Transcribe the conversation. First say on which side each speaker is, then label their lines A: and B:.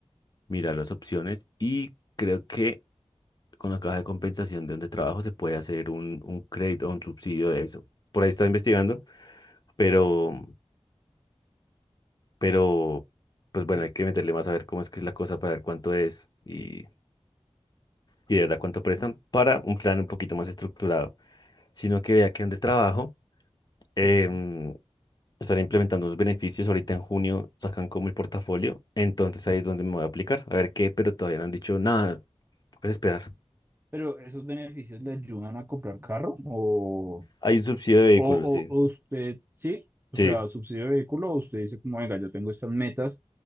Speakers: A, on the left (about 40°); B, on the right (about 20°).
A: mirar las opciones y creo que con la caja de compensación de donde trabajo se puede hacer un, un crédito o un subsidio de eso. Por ahí estaba investigando, pero, pero, pues bueno,
B: Sí,
A: hay que meterle más a ver cómo es que es la cosa para ver cuánto es y, y de verdad cuánto prestan para un plan un poquito más estructurado, sino que vea que donde trabajo. em,
B: sí, sí, sí.
A: están implementando unos beneficios. Ahorita en junio sacan como el portafolio. Entonces ahí es donde me voy a aplicar. A ver qué, pero todavía no han dicho nada. Puedes esperar.
B: Pero ¿esos beneficios le ayudan a comprar carro? ¿O,
A: Hay un subsidio de vehículos,
B: o, o-
A: sí.
B: o usted, sí? O
A: Sí.
B: sea, subsidio de vehículo, o usted dice como, venga, yo tengo estas metas